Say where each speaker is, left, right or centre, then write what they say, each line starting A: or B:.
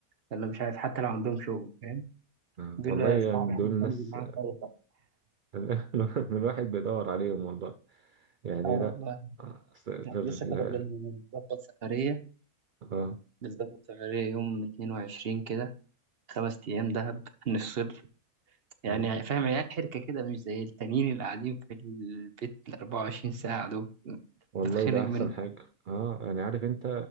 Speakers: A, on the right (about 45°); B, on the right (about 70°).
A: يلا مش عارف حتى لو عندهم شغل فاهم
B: آه.
A: دول
B: والله يعني
A: صحابي احب
B: دول ناس
A: انزل معاهم خالص
B: <laughs> الواحد بيدور عليهم والله يعني
A: <laughs> اه والله
B: لا آه، أصل غير
A: لسه
B: ال
A: كنا بنظبط سفرية
B: آه
A: بنظبط سفرية يوم اتنين وعشرين كده خمس أيام دهب نفصل يعني
B: آه.
A: فاهم عيال حركة كده مش زي التانيين اللي قاعدين في البيت الأربعة وعشرين ساعة دول
B: والله
A: بتخنق
B: ده
A: منه
B: احسن حاجه اه يعني عارف انت